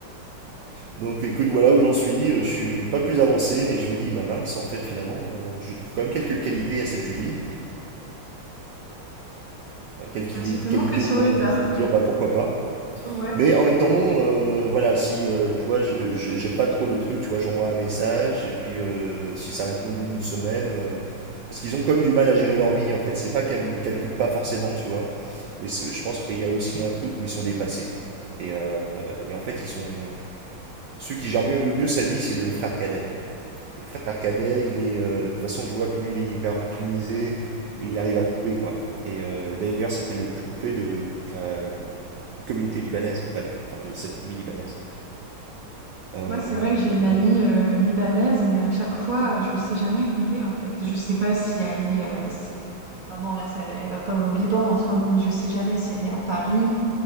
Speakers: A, on the right (about 65°); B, on the right (about 35°).
A: Donc écoute, voilà où j'en suis. Euh, Je suis pas plus avancé, mais je me dis, ma mince, en fait, finalement, euh, je lui trouve quand même quelques qualités à cette Julie. quelques
B: Perçu vraiment
A: qualité
B: que sur
A: au point
B: le
A: où
B: tard.
A: je peux me dire bah pourquoi pas
B: Ouais.
A: mais en même temps euh, voilà si euh, tu vois je je- j'aime pas trop le truc tu vois j'envoie un message et puis euh, si ça répond au bout d'une semaine euh, parce qu'ils ont comme du mal à gérer leur vie en fait c'est pas qu'elles me calculent pas forcément tu vois mais c'est- je pense qu'il y a aussi un truc où ils sont dépassés et, euh, et en fait ils sont ceux qui gèrent mieux, le mieux sa vie c'est le frère cadet le frère
B: Ouais.
A: cadet, il est, euh, de toute façon, je vois que lui, il est hyper organisé et il arrive à couper, quoi. Et euh, d'ailleurs, c'est le plus coupé de toute la communauté libanaise, enfin de, enfin, de cette famille libanaise. Euh,
B: Moi, c'est vrai que j'ai une amie
A: voilà.
B: euh, libanaise, mais à chaque fois, euh, je sais jamais où elle est en fait. Je sais pas si elle est, euh, si... Enfin non, là, ça, elle va pas au Liban en ce moment, mais je sais jamais si elle est à Paris,